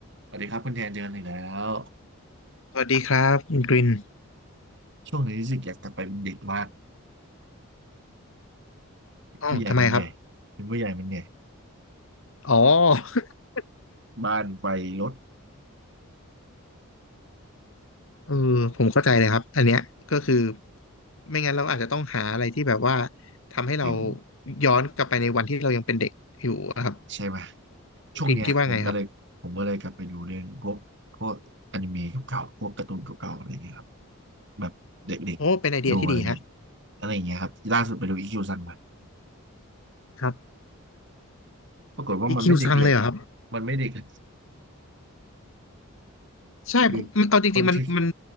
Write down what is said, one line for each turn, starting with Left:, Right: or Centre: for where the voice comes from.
Right: สวัสดีครับคุณแทนเจอกันอีกแล้ว
Left: สวัสดีครับคุณกริน
Right: อ่ะช่วงนี้รู้สึกอยากกลับไปเป็นเด็กมาก
Left: อ๋อทำไมครับ
Right: ผู้ใหญ่มันเหนื่อยเป็นผู้ใหญ่มันเหนื่อย
Left: อ๋อ <laughs>
Right: บ้านไฟรถ
Left: เออผมเข้าใจเลยครับอันเนี้ยก็คือไม่งั้นเราอาจจะต้องหาอะไรที่แบบว่าทำให้เรา
Right: ถึง
Left: ย้อนกลับไปในวันที่เรายังเป็นเด็กอยู่อะครับ
Right: ใช่ไหม
Left: คุณกรินคิดว่าไงครับ
Right: ช่วงเนี้ยผมก็เลยผมก็เลยกลับไปดูเรื่องพวกพวกอนิเมะเก่าๆพวกการ์ตูนเก่าๆอะไรเงี้ยครับแบบเด็กๆดูอะไรเงี้ย
Left: โอ้เป็นไอเดียที่ดีฮะ
Right: อะไรอย่างเงี้ยครับล่าสุดไปดูอีคิวซังมา
Left: ครับ
Right: ปรากฏว่ามันไม่เด็กเลย
Left: อีคิวซังเลยเหรอครับ
Right: มันไม่เด็กเลย
Left: ใช่เพราะมันเอาจริงๆมันมัน
Right: คือคอนเทกต์